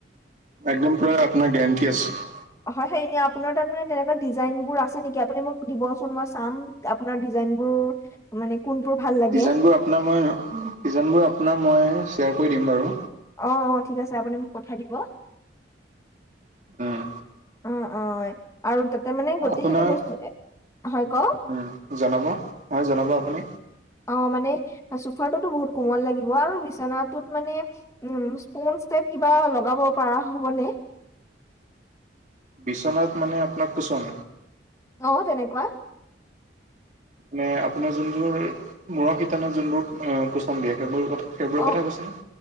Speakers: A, on the right; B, on the left.
A: একদম পৰা
B: ঠিক
A: আপোনাৰ গেৰাণ্টি আছে।
B: হয় হেই এনে আপোনাৰ তাত মানে তেনেকুৱা ডিজাইন বোৰ আছে নেকি আপুনি মোক দিবচোন মই চাম। আপোনাৰ ডিজাইনবোৰ মানে কোনটো ভাল? লাগে
A: ডিজাইনবোৰ আপোনাৰ মই -ডিজাইনবোৰ আপোনাৰ মই শ্বেয়াৰ কৰি দিম বাৰু।
B: অ', অ', ঠিক আছে আপুনি মোক পঠাই দিব।
A: উম।
B: অ', অ', আৰু তাতে মানে গোটেইখিনি
A: আপোনাক
B: বস্তু হয় কওক?
A: উম, জনাব হয় জনাব আপুনি।
B: অ, মানে চোফাৰটোতো বহুত কোমল লাগিব আৰু বিচনাটোত মানে উম, ইস্পঞ্জ ষ্টেপ কিবা লগাব পাৰা হ'বনে?
A: বিচনাত মানে আপোনাক কুচন?
B: অ, তেনেকুৱা।
A: মানে আপোনাৰ যোনবোৰ মূৰৰ শিতানে যোনবোৰ অ, কোচন দিয়ে সেইবোৰ কথা সেইবোৰৰ
B: অ
A: কথা কৈছেনে?